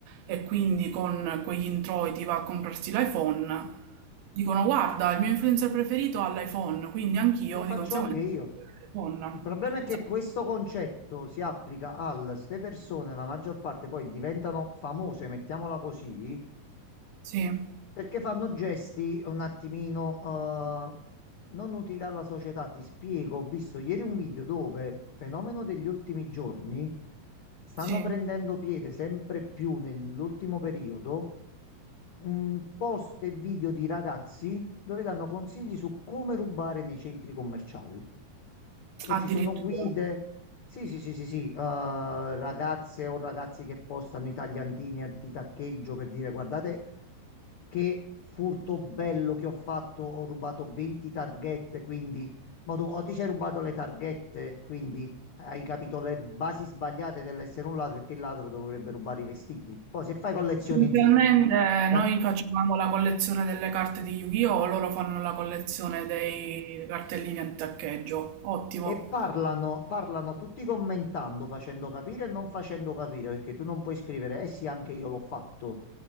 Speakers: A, on the right; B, on the left.
A: e quindi con quegli introiti va a comprarsi l'iPhone. Dicono, guarda, il mio influencer preferito ha l'iPhone, quindi anch'io
B: lo faccio
A: di conseguenza
B: anche io.
A: voglio avere l'iPhone.
B: Il problema è che
A: Esatto,
B: questo concetto si applica al, ste persone, la maggior parte poi diventano famose, mettiamola così,
A: sì,
B: Perché fanno gesti un attimino eh, non utili alla società. Ti spiego, ho visto ieri un video dove, fenomeno degli ultimi giorni, stanno
A: sì,
B: prendendo piede sempre più nell'ultimo periodo, un post e video di ragazzi dove danno consigli su come rubare nei centri commerciali. Poi
A: addirittura.
B: ci sono guide. Sì, sì, sì, sì, sì, eh, ragazze o ragazzi che postano i tagliantini a- di taccheggio per dire guardate che furto bello che ho fatto, ho rubato 20 targhette, quindi ma tu o ti sei rubato le targhette, quindi hai capito le basi sbagliate dell'essere un ladro e che il ladro dovrebbe rubare i vestiti. Poi se fai collezioni
A: Inizialmente
B: di tac-
A: noi facevamo la collezione delle carte di Yu-Gi-Oh! Loro fanno la collezione dei cartellini a taccheggio. Ottimo,
B: E parlano, parlano tutti commentando, facendo capire e non facendo capire, perché tu non puoi scrivere, eh sì, anche io l'ho fatto.